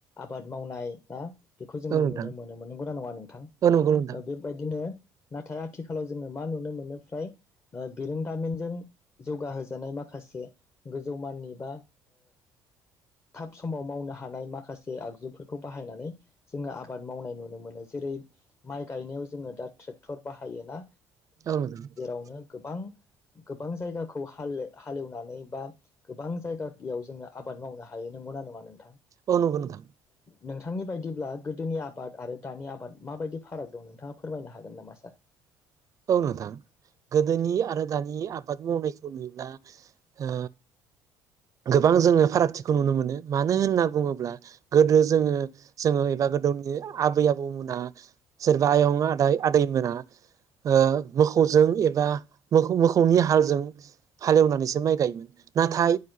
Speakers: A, on the left; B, on the right.
A: आबाद मावनाय ना बेखौ जोङो
B: औ नोंथां
A: नुनो मोनोमोन नोंगौना नङा दा नोंथां
B: औ नंगौ नोंथां
A: ओ बेबायदिनो नाथाय आथिखालाव जोङो मा नुनो मोनो फ्राय बिरोंदामिनजों जौगाहोजानाय माखासे गोजौ माननि बा थाब समाव मावनो हानाय माखासे आगजुफोरखौ बाहायनानै जोङो आबाद मावनाय नुनो मोनो जेरै माइ गायनायाव जोङो दा ट्रेक्टर बाहायो ना
B: औ नों <unintelligible>
A: <unintelligible> गोबां गोबां जायगाखौ हाले हालेवनानै बा गोबां जायगायाव जोङो आबाद मावनो हायो नंगौना नङा नों
B: अ नंगौ नोंथां।
A: नोंथांनि बायदिब्ला गोदोनि आबाद आरो दानि आबाद माबायदि फाराग दं नोंथाङा फोरमायनो हागोन नामा सार?
B: औ नोंथां गोदोनि आरो दानि आबाद मावनायखौ नुला ओ गोबां जोङो फारागथिखौ नुनो मोनो मानो होनना बुङोब्ला गोदो जोङो जोङो एबा गोदोनि आबै आबौमोना सोरबा आयं आदाय आदैमोना ओ मोखौजों एबा मोखौ मोखौनि हालजों हालेवनानैसो माइ गायोमोन नाथाय